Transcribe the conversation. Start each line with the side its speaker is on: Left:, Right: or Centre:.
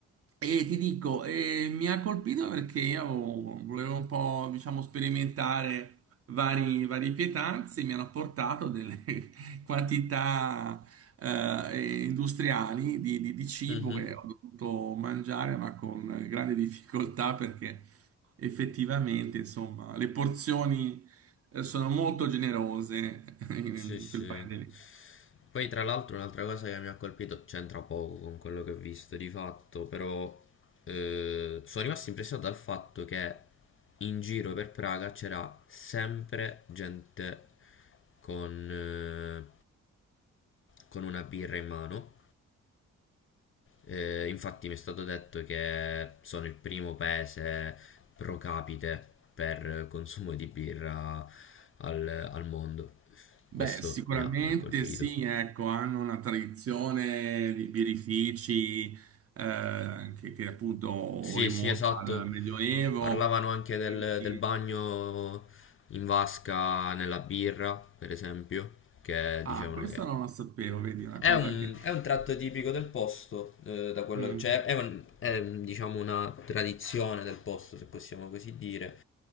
Right: e ti dico, eh, mi ha colpito perché io avevo- volevo un po', diciamo, sperimentare vari, varie pietanze, mi hanno portato delle <laughs> quantità eh, industriali di, di- di cibo
Left: Mhm,
Right: che ho dovuto mangiare, ma con grande difficoltà perché effettivamente, insomma, le porzioni eh, sono molto generose <laughs> in
Left: Sì, sì.
Right: quel paese lì.
Left: Poi tra l'altro un'altra cosa che mi ha colpito, c'entra poco con quello che ho visto di fatto, però eh, sono rimasto impressionato dal fatto che in giro per Praga c'era sempre gente con, eh, con una birra in mano Eh, infatti mi è stato detto che sono il primo paese pro capite per consumo di birra al, al mondo.
Right: Beh,
Left: Questo
Right: sicuramente
Left: mi ha, mi ha colpito.
Right: sì, ecco, hanno una tradizione di birrifici eh, che, che appunto
Left: Sì,
Right: rimonta
Left: sì, esatto.
Right: al Medioevo.
Left: Parlavano anche del,
Right: Quindi-
Left: del bagno in vasca nella birra, per esempio, che
Right: Ah,
Left: dicevano
Right: questo
Left: che
Right: non lo sapevo, vedi, una
Left: È
Right: cosa
Left: un,
Right: che...
Left: è un tratto tipico del posto, eh, da quello,
Right: Mm.
Left: cioè è, un- è, diciamo una tradizione del posto, se possiamo così dire,